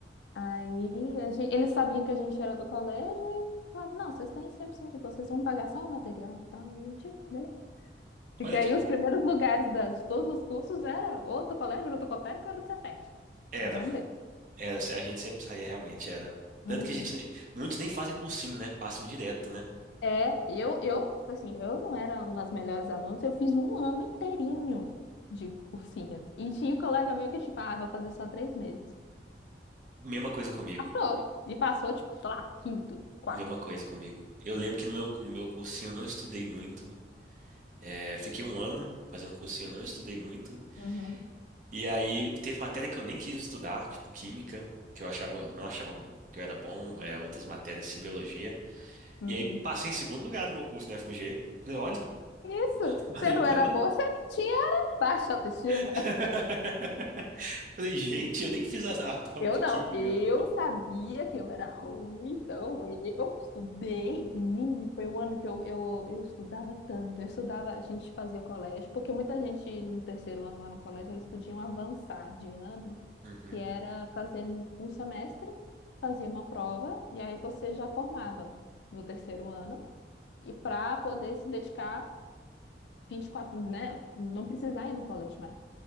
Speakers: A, on the left; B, on the right.
A: Aí a gen- eles sabiam que a gente era do colégio e falavam, não, vocês têm 100% de boa, vocês vão pagar só o material e tal. A gente, beleza. E
B: Olha
A: que aí
B: que.
A: os primeiros lugares das, de todos os cursos era ou do colégio, ou do Cotec, ou do Cefet.
B: Era,
A: Era um deles.
B: era. A gente sempre saía realmente, era.
A: Uhum.
B: Tanto que a gente. nem- Muitos nem fazem cursinho, né? Passam direto, né?
A: É, eu, eu, assim, eu não era uma das melhores alunas, eu fiz um ano inteirinho de cursinho. E tinha um colega meu que, tipo, ah, vou fazer só três meses.
B: Mesma coisa comigo.
A: Passou. E passou, tipo, sei lá, quinto, quarto.
B: Mesma coisa comigo. Eu lembro que no meu, no meu cursinho eu não estudei muito. É, fiquei um ano fazendo cursinho, eu não estudei muito.
A: Uhum,
B: E aí teve matéria que eu nem quis estudar, tipo química, que eu achava, não achava que eu era bom, é, outras matérias, assim, biologia.
A: uhum.
B: E aí passei em segundo lugar no meu curso na FMG. Falei, olha,
A: Isso,
B: <laughs>
A: você
B: falei,
A: não
B: pô,
A: era
B: né?
A: boa, você tinha era baixa autoestima.
B: <laughs> Falei, gente, eu nem fiz a, a prova
A: Eu
B: de química,
A: não, eu
B: e biologia.
A: sabia que eu era ruim, então eu estudei, menino, foi o ano que eu, eu, eu estudava tanto, eu estudava, a gente fazia colégio, porque muita gente no terceiro ano lá no colégio, eles podiam avançar de ano,
B: Uhum.
A: que era fazer um semestre, fazia uma prova, e aí você já formava no terceiro ano, e para poder se dedicar 24, né, não precisar ir no colégio mais.